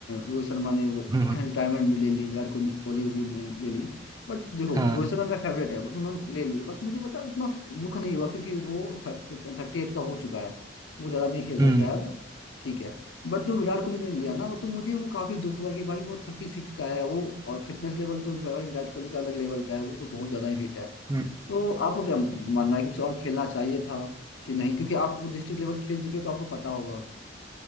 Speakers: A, on the left; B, on the right.
A: रोहित शर्मा ने वो
B: हम्म हम्म।
A: <clears throat> रिटायरमेंट भी ले ली विराट कोहली कोहली भी ने ले ली बट देखो
B: हाँ
A: रोहित शर्मा मेरा फेवरेट है but उन्होंने ले ली बट मुझे पता है उतना दुख नहीं हुआ क्योंकि वो थर्टी एट का हो चुका है वो ज़्यादा नहीं खेल
B: हम्म
A: सकता है अब ठीक है बट जो विराट कोहली ने लिया ना तो मुझे वो काफ़ी दुख हुआ कि भाई वो थर्टी सिक्स का है वो और फिटनेस लेवल तो भाई विराट कोहली का अलग लेवल का है वो तो बहुत ज़्यादा ही फिट है
B: हम्म
A: तो आपको क्या मानना है कि उसे और खेलना चाहिए था कि नहीं क्योंकि आप वो डिस्ट्रिक्ट लेवल खेल चुके हैं तो आपको पता होगा